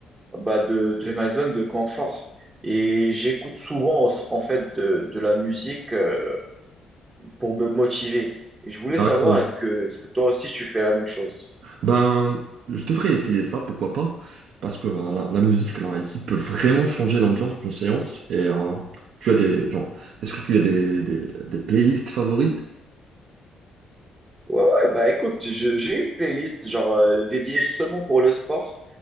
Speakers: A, on the right; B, on the right.
A: bah, de, de ma zone de confort. Et j'écoute souvent, en, en fait, de, de la musique, euh, pour me motiver. Et je voulais
B: D'accord.
A: savoir, est-ce que, est-ce que toi aussi, tu fais la même chose?
B: Ben, je devrais essayer ça, pourquoi pas, parce que euh, la, la musique là ici peut vraiment changer l'ambiance d'une séance. Et euh, tu as des genre, est-ce que tu as des, des, des playlists favorites?
A: Ouais, ouais, bah écoute, je- j'ai une playlist genre euh, dédiée seulement pour le sport.